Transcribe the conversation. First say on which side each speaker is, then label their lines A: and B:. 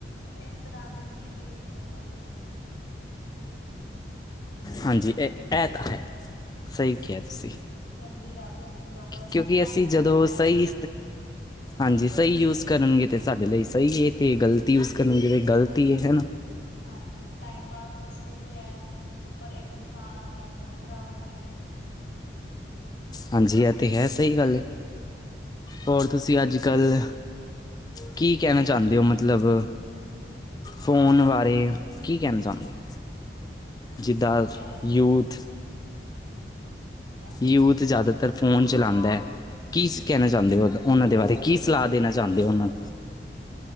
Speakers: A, on the left; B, on the left.
A: ਇੱਕ ਤਰ੍ਹਾਂ ਚੰਗੀ ਵੀ ਏ ਇੱਕ ਤਰ੍ਹਾਂ ਮਾੜੀ ਵੀ ਏ।
B: ਹਾਂਜੀ ਇਹ-ਇਹ ਤਾਂ ਹੈ ਸਹੀ ਕਿਹਾ ਤੁਸੀਂ।
A: ਚੰਗੀ ਤਾਂ ਲੋਕਾਂ ਦਾ
B: ਕਿਉਂਕਿ
A: ਟਾਈਮ ਪਾਸ
B: ਅਸੀਂ
A: ਹੋ ਜਾਂਦਾ
B: ਜਦੋਂ
A: ਅਗਰ
B: ਸਈ ਹਾਂਜੀ ਸਹੀ ਯੂਜ ਕਰਨਗੇ ਤੇ ਸਾਡੇ ਲਈ ਸਹੀ ਹੈ ਤੇ ਗਲਤ ਯੂਜ ਕਰਨਗੇ ਤੇ ਗ਼ਲਤ ਈ ਏ ਹਨਾ।
A: ਹਾਂਜੀ ਟਾਈਮ ਪਾਸ ਵਾਸਤੇ ਵੀ ਐ ਪਰ ਇੱਕ ਇਨਸਾਨ ਆ ਕੇ ਅੱਖਾਂ ਵੀ ਖਰਾਬ ਹੁੰਦੀਆਂ ਨੇ।
B: ਹਾਂਜੀ ਇਹ ਤੇ ਹੈ ਸਹੀ ਗੱਲ ਏ ਹੋਰ ਤੁਸੀਂ ਅੱਜ ਕੱਲ ਕੀ ਕਹਨਾ ਚਾਹੁੰਦੇ ਹੋ ਮਤਲਬ ਫੋਨ ਬਾਰੇ ਕੀ ਕਹਨਾ ਚਾਹੁੰਦੇ ਹੋ। ਜਿੱਦਾਂ
A: ਉਹੀ ਕਹਿ ਰਹੇ ਕਿਸੇ
B: ਯੂਥ
A: ਹਾਂਜੀ। ਕਿਆ।
B: ਯੂਥ ਜਾਦਾਤਰ ਫੋਨ ਚਲਾਦਾ ਕੀ ਕਹਿਣਾ
A: ਹਮ
B: ਚਾਹੁੰਦੇ ਹੋ ਉਹਦਾ? ਉਨਾਂ ਦੇ ਬਾਰੇ ਕੀ ਸਲਾਹ ਦੇਨਾ ਚਾਹੁੰਦੇ ਹੋ ਉਨ੍ਹਾਂ